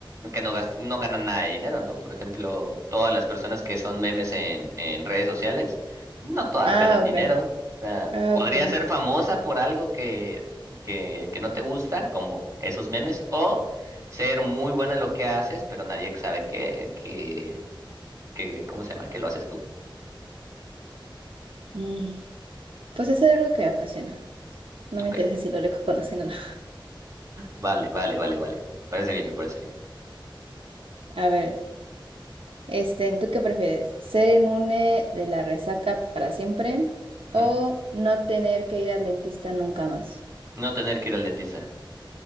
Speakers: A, on the right; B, on the right.
A: que no gasta, no gana nada de dinero, ¿no? Por ejemplo, todas las personas que son memes en, en redes sociales, no todas
B: Ah,
A: ganan dinero.
B: ok.
A: O sea,
B: Ah,
A: podría
B: ok.
A: ser famosa por algo que, que, que no te gusta, como esos memes, o ser muy buena en lo que haces, pero nadie sabe que, que, que, ¿cómo se llama? Que lo haces tú.
B: Mm, Pues hacer algo que me apasiona. No
A: Ok.
B: me interesa si lo reconocen o no.
A: Vale, vale, vale, vale. Parece bien, me parece bien.
B: A ver. Este, ¿tú qué prefieres? ¿Ser inmune de la resaca para siempre
A: Ujú.
B: o no tener que ir al dentista nunca más?
A: No tener que ir al dentista.